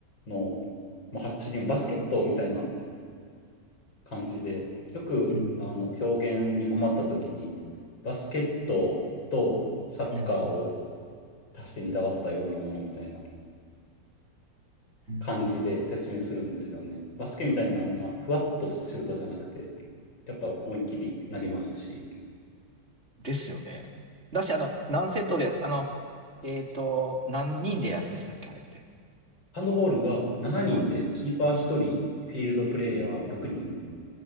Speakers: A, on the left; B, on the right.
A: もう走りもバスケットみたいな感じで、よく、
B: うん、
A: あの、表現に困った時に、バスケットとサッカーを
B: うん、
A: 足してにだばったようなものみたいな
B: うん。
A: 感じで説明するんですよね。バスケみたいなあんなふわっとしたシュートじゃなくて、やっぱ思いっきり投げますし、
B: ですよね。だし、あの、何セットで、あの、えっと、何人でやるんでしたっけ、あれって。
A: ハンドボールが7人で、
B: は
A: キーパー1人、フィールドプレイヤー6人